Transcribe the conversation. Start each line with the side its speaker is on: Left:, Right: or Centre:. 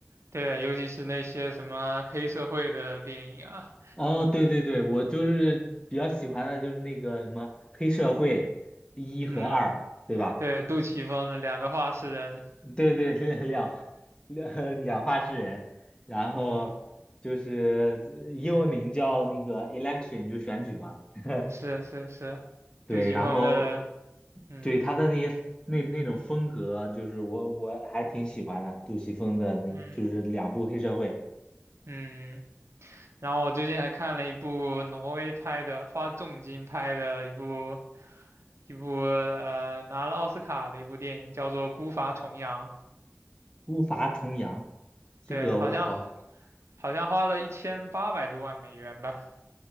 Right: 对，尤其是那些什么黑社会的电影啊。
Left: 哦，对对对，我就是比较喜欢的就是那个什么黑社会一和二，
Right: 嗯，
Left: 对吧？
Right: 对，杜琪峰的两个画室人，
Left: 对对，两两两两话诗人，然后就是呃英文名叫那个
Right: 嗯，
Left: election，就选举嘛。<laughs>
Right: 是是是，
Left: 对，
Right: 杜琪峰的，
Left: 然后
Right: 嗯
Left: 对他的那些那那种风格，就是我我还挺喜欢的，杜琪峰的那就是两部黑社会
Right: 嗯嗯，然后我最近还看了一部挪威拍的，花重金拍的一部一部呃拿了奥斯卡的一部电影，叫做《孤筏重洋》，
Left: 《孤筏重洋》，这个我好
Right: 对，好像好像花了一千八百多万美元吧，